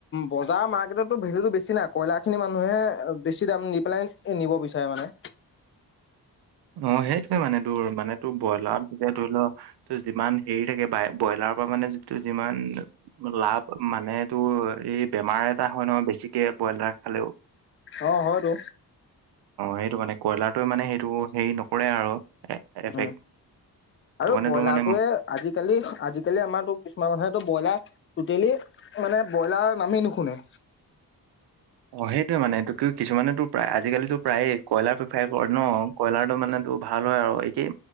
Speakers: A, on the left; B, on the right.
A: ব যাৰ মাৰ্কেটত তোৰ ভেলুটো বেছি নাই কয়লা খিনি মানুহে বেছি দাম দি পেলাই নিব বিচাৰে মানে।
B: <inaudible> অ, সেইটোয়ে মানে তোৰ মানে তোৰ ব্ৰইলাৰত যেতিয়া ধৰি লোৱা ত যিমান হেৰি থাকে ব্ৰইলাৰ ত পৰা মানে যিটো যিমান লাভ মানে তটো এই বেমাৰ এটা হয় ন বেছিকে ব্ৰইলাৰ খালেও। অ,
A: অ হয়তো
B: সেইটো মানে কয়লাৰটোৱে মানে সেইটো হেৰি নকৰে আৰু। এফেক্ট
A: উম
B: সেইটো
A: আৰু
B: কাৰণে
A: ব্ৰইলাৰটয়ে
B: তোৰ মানে
A: আজিকালি - আজিকালি আমাৰো কিছুমান মানুহেতো ব্ৰইলাৰ টটেলি মানে ব্ৰইলাৰ নামেই নুশুনে।
B: অ, সেইটোয়ে মানে এইটো কি কিছুমানেতো প্ৰায় আজিকালিটো প্ৰায়ে কইলাৰ প্ৰিফাৰ কৰে ন কইলাৰটো মানে ত, ভাল হয় আৰু একেই